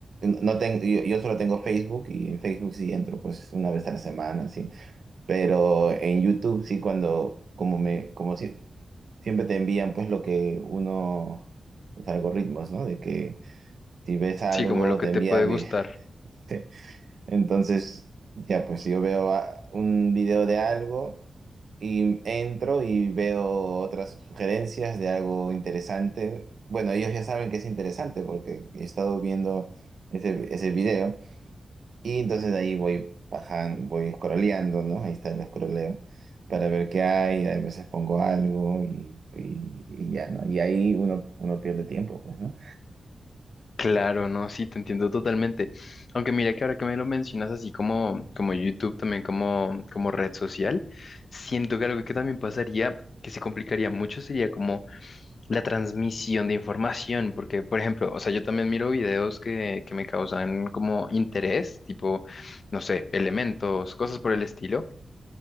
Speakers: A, on the right; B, on the left.
A: no tengo, yo, yo solo tengo Facebook y en Facebook sí entro pues una vez a la semana, sí. Pero en YouTube sí cuando, como me, como si- siempre te envían pues lo que uno, los algoritmos, ¿no? De que si ves algo
B: sí, como lo
A: te
B: que te
A: envía,
B: puede
A: vi-
B: gustar.
A: <laughs> entonces ya pues yo veo a- un video de algo y entro y veo otras sugerencias de algo interesante. Bueno, ellos ya saben que es interesante porque he estado viendo ese, ese video. Y entonces ahí voy bajando, voy scrolleando, ¿no? Ahí está el escroleo para ver qué hay. A veces pongo algo y, y- y ya, ¿no? Y ahí uno, uno pierde tiempo, pues, ¿no?
B: Claro, no, sí, te entiendo totalmente. Aunque mira que ahora que me lo mencionas así como, como YouTube, también como, como red social, siento que algo que también pasaría, que se complicaría mucho, sería como la transmisión de información, porque, por ejemplo, o sea, yo también miro videos que, que me causan como interés, tipo, no sé, elementos, cosas por el estilo,